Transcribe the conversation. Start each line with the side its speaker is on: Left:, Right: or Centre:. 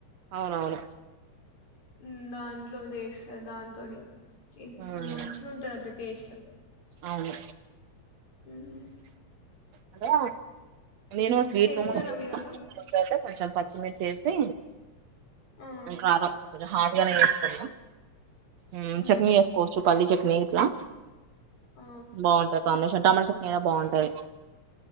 Right: అవునవును.
Left: ఉమ్ దాంట్లో చేస్తాది దాంతోని చేస్తాది
Right: మ్మ్
Left: మంచిగా ఉంటది అట్లా టేస్ట్.
Right: అవును.
Left: మ్మ్
Right: అదా. నేను స్వీట్
Left: చేస్తారా
Right: తోని చేస్తా
Left: మీరు అలా
Right: కొంచం పచ్చిమిర్చి యేసి.
Left: ఆ
Right: ఇంకా కారం. హాట్ గానే చేస్తున్నాం ఉమ్
Left: మ్మ్
Right: చట్నీ చేసుకోవచ్చు పల్లి చట్నీ ఇంట్లా.
Left: ఆ
Right: బాగుంటాది కాంబినేషన్ టమాటా చట్నీ అయిన బాగుంటాది.